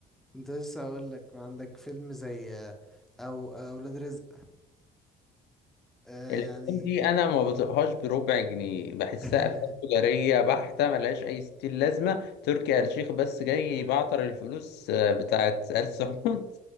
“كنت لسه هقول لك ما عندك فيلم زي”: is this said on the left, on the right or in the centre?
Centre